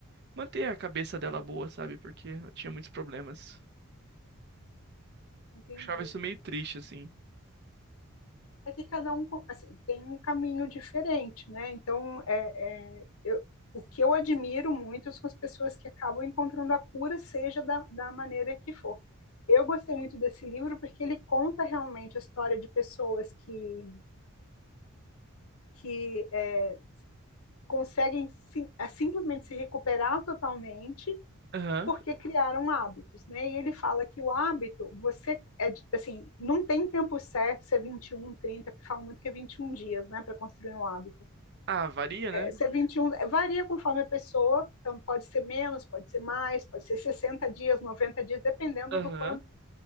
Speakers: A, on the right; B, on the left.
A: manter a cabeça dela boa, sabe? Porque ela tinha muitos problemas.
B: entendi.
A: Achava isso meio triste, assim.
B: é que cada um assim, tem um caminho diferente, né? Então, é, é, eu, o que eu admiro muito são as pessoas que acabam encontrando a cura, seja da, da maneira que for. Eu gostei muito desse livro porque ele conta realmente a história de pessoas que, que é, conseguem sim, simplesmente se recuperar totalmente
A: Aham.
B: porque criaram hábitos, né? E ele fala que o hábito, você é assim, não tem tempo certo, se é 21, 30, porque fala muito que é 21 dias, né, para construir um hábito.
A: Ah, varia, né?
B: C 21 é, varia conforme a pessoa, então pode ser menos, pode ser mais, pode ser 60 dias, 90 dias, dependendo
A: Aham.
B: do quanto,